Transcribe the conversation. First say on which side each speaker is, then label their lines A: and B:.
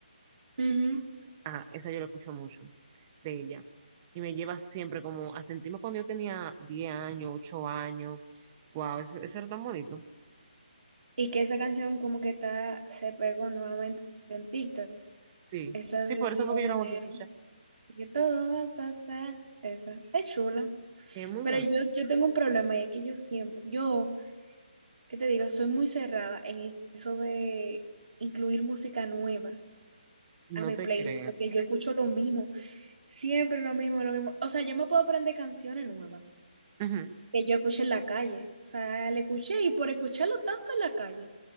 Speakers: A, on the right (about 70°); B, on the right (about 20°).
A: Ujú.
B: Ajá, esa yo la escucho mucho de ella. Y me lleva siempre como a sentirme cuando yo tenía 10 años, 8 años. Wow, eso, eso era tan bonito.
A: Y que esa canción como que está, se pegó nuevamente en TikTok.
B: Sí,
A: Esa
B: sí,
A: de
B: por
A: Día
B: eso fue que
A: de
B: yo la
A: Enero.
B: volví a escuchar.
A: Y Que todo va a pasar. Esa. Es chula.
B: Sí, es muy
A: Pero
B: bonito.
A: yo, yo tengo un problema y es que yo siempre, yo, ¿qué te digo? Soy muy cerrada en eso de incluir música nueva
B: No
A: a mi
B: te
A: playlist
B: creo.
A: porque yo escucho lo mismo. Siempre lo mismo, lo mismo. O sea, yo me puedo aprender canciones nuevas
B: Ujú.
A: que yo escuché en la calle. O sea, le escuché y por escucharlo tanto en la calle,